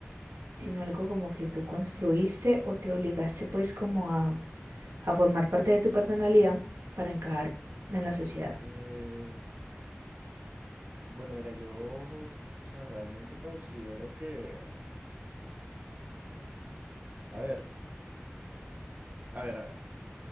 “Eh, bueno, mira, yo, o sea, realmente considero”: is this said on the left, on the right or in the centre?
Right